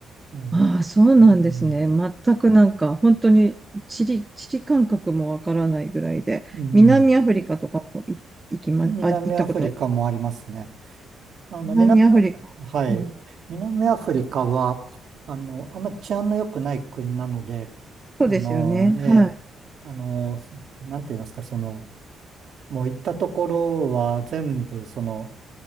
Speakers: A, on the right; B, on the right.
A: えー
B: ああ、そうなんですね。
A: うん、
B: 全くなんか、本当に地理、地理感覚もわからないぐらいで、
A: うん
B: 南アフリカとかもい行きま、
A: 南アフリカもありますね。
B: あ、行ったことある。
A: あの、
B: 南アフリカ。
A: 南、はい。
B: うん、
A: 南アフリカは、あの、あんまり治安の良くない国なので、
B: そうですよね。
A: あの、ええ、
B: はい。
A: あの、なんて言いますか、その、もう行ったところは全部、その、